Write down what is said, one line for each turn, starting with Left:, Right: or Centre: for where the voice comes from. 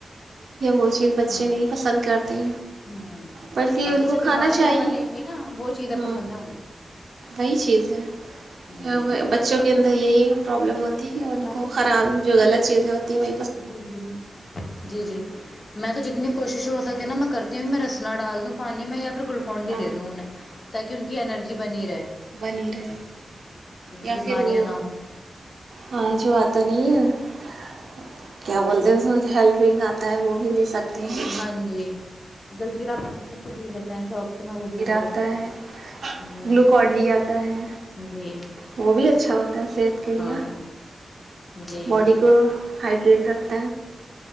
Right: یز بچے
Left: ہاں
Right: نہیں پسند کرتے
Left: ہوں
Right: بہ
Left: اب
Right: ان
Left: جس
Right: کو
Left: سے
Right: کھانا
Left: بیماریاں
Right: چاہے
Left: بنیں گی نا وہ چیزیں پسند ہیں انہیں
Right: وہی چیز ہے
Left: جی
Right: بچوں کے اندر یہی پرابلم ہوتی تی ان
Left: میں
Right: کو
Left: تو جتنی
Right: خراب
Left: کوشش
Right: جو غلط چیزیں ہوتی ہیں وہ
Left: جی جی جی جی میں تو جتنی کوشش ہو سکے نا میں کرتی ہوں میں رسنا ڈال دوں پانی میں یا ات کلکن دے
Right: ہاں
Left: دون تاکہ ان کی انینرجی بنی رہی
Right: بنی رہے یا
Left: بیماریاں
Right: پھر وہ
Left: نہ ہوں
Right: ہاں جو آتا نہیں ہے کیا بولتے ہیں اس ہیلتھ ڈرنک آتا ہے وہ بھی لے سکتے ہیں
Left: ہاں جی جل جیرا پانی بسے پی لیتے شوق <inaudible>
Right: زیرا
Left: دے دیتی
Right: آتا
Left: ہوں
Right: ہے
Left: جی
Right: گلوکون ڈی آتا ہے
Left: جی
Right: وہ بھی اچھا ہوتا ہے صحت کے لیے
Left: ہاں جی
Right: باڈی کو ہائیڈریٹ رکھ